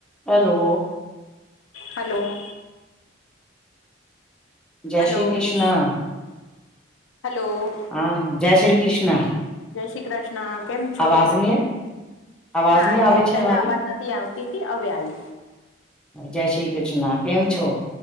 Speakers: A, in the centre; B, on the left.
A: Hello
B: hello.
A: જય
B: hello
A: Shri Krishna
B: hello
A: હા જય શ્રી કૃષ્ણ
B: જય શ્રી કૃષ્ણ કેમ છો
A: અવાજની અવાજ
B: ના
A: ની
B: આ
A: આવે
B: આઈ
A: છે
B: પેલા
A: મારી
B: અવાજ નથી આવતી થી હતી હવે આઈ
A: જય શ્રી કૃષ્ણ કેમ છો